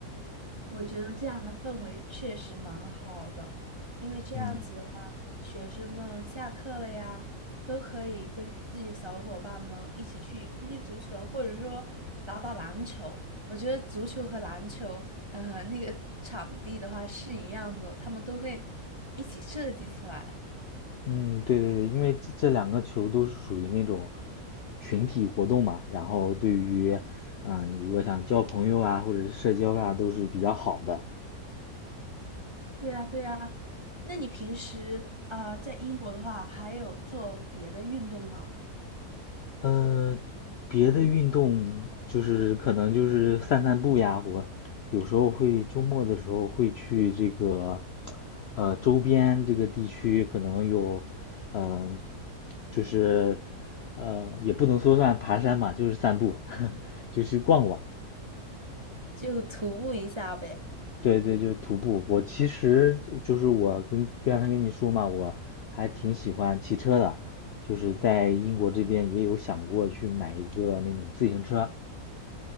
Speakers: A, on the right; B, on the left.
A: 我觉得这样的氛围确实蛮好的，因为这样子的话，
B: 嗯
A: 学生们下课了呀，都可以跟自己的小伙伴们一起去踢踢足球，或者说打打篮球。我觉得足球和篮球，呃，那个场地的话是一样的，他们都会一起设计起来。
B: 嗯，对对对，因为这这两个球都是属于那种群体活动嘛，然后对于，嗯、你如果想交朋友啊，或者是社交啊，都是比较好的。
A: 对呀，对呀。那你平时啊，呃在英国的话，还有做别的运动吗？
B: 呃，别的运动就是可能就是散散步呀，我有时候会周末的时候会去这个呃周边这个地区，可能有嗯、呃就是呃也不能说算爬山嘛，就是散步，<laughs> 就去逛逛。
A: 就徒步一下呗。
B: 对对，就是徒步。我其实就是我跟刚才跟你说嘛，我还挺喜欢骑车的，就是在英国这边也有想过去买一个那种自行车。